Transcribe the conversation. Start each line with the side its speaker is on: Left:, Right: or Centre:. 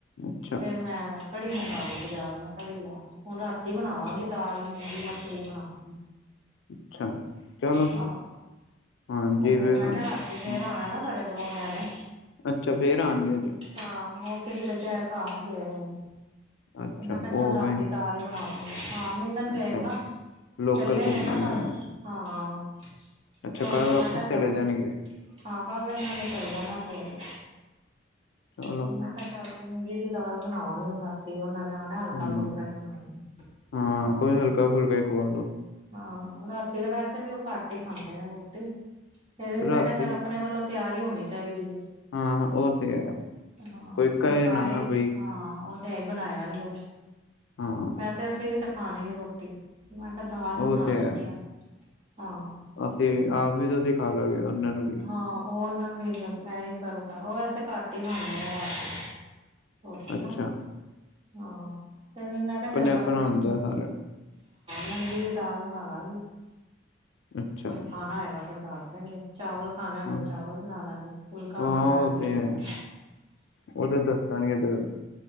Left: ਹਮ।
Right: ਫੇਰ ਮੈਂ ਕੜੀ ਮੰਗਾ ਲਈ ਬਾਜਾਰੋ ਕੜੀ ਲੈ ਹੁਣ ਰਾਤੀ ਬਣਾਵਾਂਗੀ ਦਾਲ ਮੂੰਗੀ ਮਸਰੀ ਬਣਾਵਾਂਗੀ।
Left: ਅੱਛਾ ਚਲੋ
Right: ਹਾਂ
Left: ਹਾਂਜੀ
Right: ਉਹ ਫ
Left: ਫਿਰ
Right: ਮੈਂ ਕਿਹਾ ਤੇ ਫੇਰ ਆਣਾ ਨਾ ਸਾਡੇ ਪਰੋਣੇ ਆ ਨੇ।
Left: ਅੱਛਾ ਫੇਰ ਆਣਗੇ ਹਜੇ।
Right: ਹਾਂ ਉਹ ਕਿਸੇ ਦੇ ਫਿਰ ਘਰ ਗਏ।
Left: ਅੱਛਾ
Right: ਮੈਂ ਕਿਹਾ ਚੱਲ
Left: ਉਵੇਂ
Right: ਰਾਤੀ ਦਾਲ ਬਣਾਵਾਂਗੇ ਹਾਂ ਮਿਲਣਗੇ
Left: ਅੱਛਾ
Right: ਨਾ।
Left: ਲੋਕਲ
Right: ਚੱਲੇ
Left: ਘੁੰਮਾਂਗੇ
Right: ਨੇ ਨਾ ਕੱਲ ਹਾਂ
Left: ਅੱਛਾ
Right: ਤੇ ਓ
Left: ਕੱਲ
Right: ਫਿਰ
Left: ਵਾਪਿਸ
Right: ਮੈਂ ਕਿਹਾ
Left: ਚਲੇ
Right: ਚੱਲ।
Left: ਜਾਣਗੇ
Right: ਹਾਂ ਕਲ ਇਹਨਾਂ ਨੇ ਚੱਲ ਜਾਣਾ ਸਵੇਰੇ।
Left: ਹ।
Right: ਤੇ ਮੈਂ ਕਿਹਾ ਚਲ ਮੂੰਗੀ ਦੀ ਦਾਲ ਬਣਾਵਾਂਗੀ ਹ ਰਾਤੀ ਉਹਨਾਂ ਨੇ ਹਲਕਾ
Left: ਹਾਂ
Right: ਫੁਲਕਾ ਹੀ ਬਣਾ ਫੁਲਕਾ।
Left: ਹਾਂ ਕੁਝ ਹਲਕਾ ਫੁਲਕਾ ਹੀ ਖਵਾ ਦੋ
Right: ਹਾਂ ਰਾਤੀ ਦੇ ਵੈਸੇ ਵੀ ਉਹ ਘੱਟ ਹੀ ਖਾਂਦੇ ਨੇ ਰੋਟੀ ਫੇਰ ਵੀ
Left: ਰਾਤੀ
Right: ਮੈਂ ਕਿਹਾ ਚੱਲ ਆਪਣੇ ਵੱਲੋਂ ਤਿਆਰੀ ਹੋਣੀ ਚਾਹੀਦੀ ਹੈ।
Left: ਹਾਂ ਉਹ ਤੇ ਹੈ
Right: ਹਾਂ
Left: ਕੋਈ ਕਹੇ
Right: ਭਖਾਏ
Left: ਨਾ ਨਾ ਬਈ
Right: ਹਾਂ ਉਹ ਤੇ ਐ ਬਣਾਇਆ ਨੀ ਕੁਛ
Left: ਹਾਂ
Right: ਵੈਸੇ ਅਸੀਂ ਵੀ ਤਾਂ ਖਾਣੀ ਏ ਰੋਟੀ। ਮੈਂ ਕਿਹਾ ਦਾਲ ਹੀ
Left: ਉਹ
Right: ਬਣਾ
Left: ਤੇ
Right: ਲੈਂਦੀ
Left: ਹੈ
Right: ਆਾਂ ਹਾਂ।
Left: ਅਸੀਂ ਆਪ ਵੀ ਤੁਸੀ ਸਿਖਾ ਲਓਗੇ ਉਹਨਾਂ ਨੂੰ ਵੀ
Right: ਹਾਂ ਉਹ ਉਹਨਾਂ ਨੂੰ ਵੀ ਇਹੀ ਸਰ ਉਹ ਵੈਸੇ ਘੱਟ ਹੀ ਖਾਂਦੇ ਨੇ ਰਾਤੀ ਹੋ
Left: ਅੱਛਾ
Right: ਨਾ ਹਾਂ ਫਿਰ ਵੀ ਮੈਂ ਕਿਹਾ ਚੱਲ
Left: ਆਪਣਾ
Right: ਆਪਣੇ ਹਾਂ
Left: ਹੁੰਦਾ ਸਾਰਾ
Right: ਮੁੰਗੀ ਦੀ ਦਾਲ ਬਣਾ ਲਾਂਗੀ।
Left: ਅੱਛਾ
Right: ਖਾਣਾ ਹੈਏਗਾ ਫੇਰ ਦੱਸ ਦੇਣਗੇ। ਚਾਵਲ ਖਾਣੇ
Left: ਹਾਂ
Right: ਹੋਣਗੇ ਚਾਵਲ ਬਣਾ ਦਾਂਗੇ ਫੁਲਕਾ
Left: ਹਾਂ
Right: ਖਾਣਾ
Left: ਉਹ
Right: ਹੈਗਾਗੇ।
Left: ਤੇ ਹੈ ਉਹ ਤੇ ਦੱਸਦਾ। ਅਈ ਏਦਰ